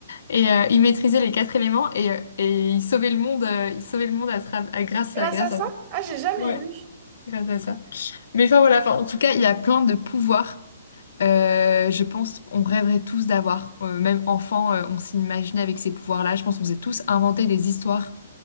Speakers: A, on the left; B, on the right.
A: Et euh, il maîtrisait les quatre éléments et, euh, et il sauvait le monde, euh, il sauvait le monde à, tra- à- grâce
B: Grâce
A: à, grâce
B: à ça?
A: à...
B: Ah, j'ai jamais
A: Ouais.
B: vu.
A: grâce à ça. Mais enfin voilà, enfin, en tout cas, il y a plein de pouvoirs. euh, je pense on rêverait tous d'avoir. Euh, même enfant, euh, on s'imaginait avec ces pouvoirs-là. Je pense qu'on s'est tous inventé des histoires